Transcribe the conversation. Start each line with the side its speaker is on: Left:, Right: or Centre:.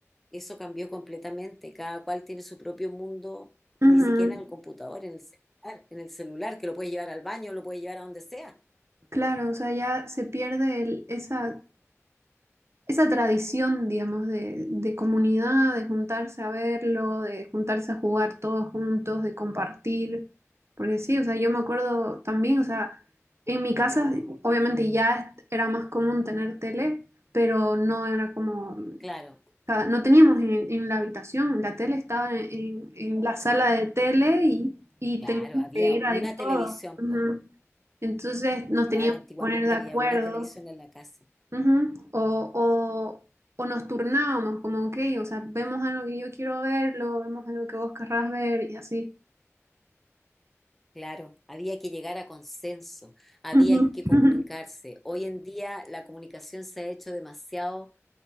Centre: eso cambió completamente. Cada cual tiene su propio mundo,
Right: ujú,
Centre: y ni siquiera en el computador, en el celular, en el celular, que lo puedes llevar al baño, lo puedes llevar a donde sea.
Right: Claro, o sea, ya se pierde el- esa esa tradición, digamos, de, de comunidad, de juntarse a verlo, de juntarse a jugar todos juntos, de compartir. Porque sí, o sea, yo me acuerdo también, o sea, en mi casa obviamente ya era más común tener tele, pero no era como,
Centre: Claro,
Right: cada- no teníamos en, en la habitación, la tele estaba en, en- en la sala de tele y, y
Centre: claro,
Right: teníamos
Centre: había
Right: que ir ahí
Centre: una
Right: todos.
Centre: televisión,
Right: Ujú.
Centre: pues.
Right: Entonces nos
Centre: Claro,
Right: teníamos
Centre: antiguamente
Right: que poner de acuerdo.
Centre: había una televisión en la casa.
Right: Ujú. O, o, o nos turnábamos, como, ok, o sea, vemos algo que yo quiero verlo, vemos algo que vos querrás ver y así.
Centre: Claro, había que llegar a consenso, había
Right: Ujú,
Centre: que
Right: <laughs>
Centre: comunicarse. Hoy en día la comunicación se ha hecho demasiado